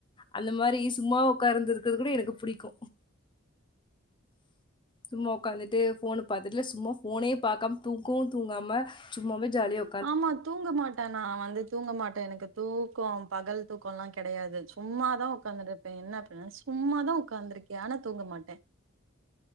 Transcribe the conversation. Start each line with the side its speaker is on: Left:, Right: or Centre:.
Left: அந்த மாரி சும்மா உட்காந்து இருக்கது கூட எனக்கு புடிக்கு சும்மா உக்காந்துட்டு போன் பாத்துட்டுல சும்மா போனே பாக்காம தூங்கவு தூங்காம சும்மாவே ஜாலியா
Right: ஆமா தூங்க மாட்ட நா வந்து தூங்க மாட்ட எனக்கு தூக்கோ பகல் தூக்கோலா கெடையாது சும்மாதா உக்காந்துருப்பே என்ன அப்ப சும்மாதா உக்காந்துருக்கே ஆனா தூங்க மாட்டே